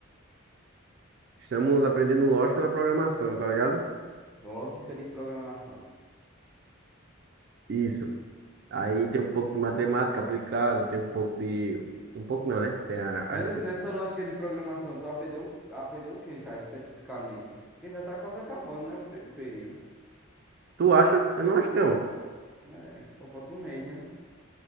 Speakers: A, on the right; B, in the centre.
A: estamos aprendendo lógica da programação, tá ligado?
B: Lógica de programação.
A: Isso. Aí
B: Hum.
A: tem um pouco de matemática aplicada, tem um pouco de. Um pouco não, né? Tem a, a
B: É,
A: disciplina.
B: Nessa lógica de programação, tu aprendeu, aprendeu o que já especificamente? Porque já tá quase acabando, né? O, pre- o período.
A: Tu acha? Eu não acho, não.
B: É, só falta um mês, né?